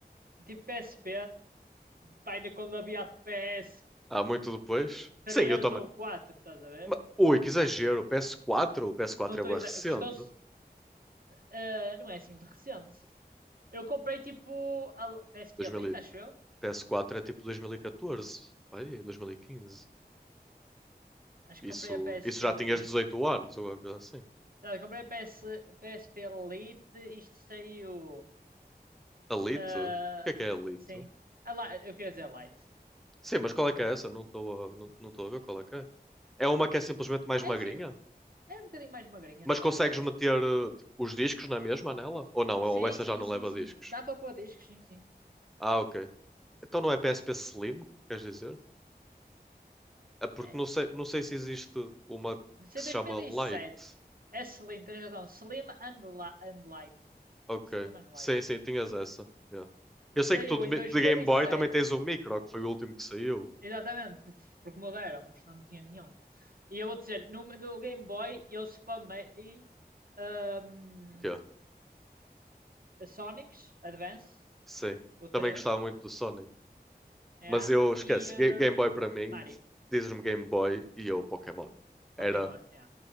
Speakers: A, on the right; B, in the centre.
A: Tipo PSP, pá, ainda quando havia ps
B: Há muito depois?
A: três
B: Sim, eu também.
A: ou quatro estás a ver?
B: Ma- Ui, que exagero. PS4, o PS4
A: Não estou
B: é bué
A: exagerando.
B: recente.
A: Custou-se. ah, não é assim muito recente. Eu comprei tipo a PSP
B: 2000,
A: Lite,
B: e-
A: acho eu.
B: PS4 é tipo 2014, aí, 2015.
A: Acho
B: Isso,
A: que comprei a PSP
B: isso já tinhas
A: Lite.
B: 18 anos, ou alguma coisa assim.
A: Não, eu comprei a PS, PSP Lite. Isto saiu.
B: Alito?
A: ah,
B: O que é que é Alito?
A: sim. A Li- eu queria dizer Lite.
B: Sim, mas qual é que é essa? Não estou a, não, não estou a ver qual é que é. É uma que é simplesmente mais
A: É,
B: magrinha?
A: enfim, é um bocadinho mais magrinha,
B: Mas
A: só
B: consegues
A: acho eu.
B: meter eh, tipo, os discos na mesma nela? Ou não? Ou
A: Sim,
B: essa
A: sim,
B: já não
A: sim,
B: leva
A: sim.
B: discos?
A: Dá para pôr discos, sim, sim.
B: Ah, ok. Então não é PSP Slim, queres dizer? É porque
A: É?
B: não sei, não sei se existe uma que
A: De ser
B: se
A: 2007.
B: chama Lite.
A: É Slim, tens razão. Slim and, Li- and Light.
B: Ok.
A: Slim and
B: Sim,
A: Light.
B: sim, tinhas essa. Yeah. Eu
A: Que
B: sei
A: saiu
B: que tu de
A: em
B: mi-
A: 2007.
B: de Game Boy também tens o Micro, que foi o último que saiu.
A: Exatamente, porque, porque mudaram, porque senão não tinha nenhum. E eu vou dizer, no, no Game Boy eu spamei ahm,
B: O quê?
A: a Sonic's Advance,
B: Sim.
A: o três
B: Também gostava muito do Sonic.
A: yeah,
B: Mas eu esquece,
A: e ah,
B: Ga- Game Boy para mim,
A: Mario,
B: dizes-me Game Boy e eu Pokémon. Era,
A: Pokémon, yeah.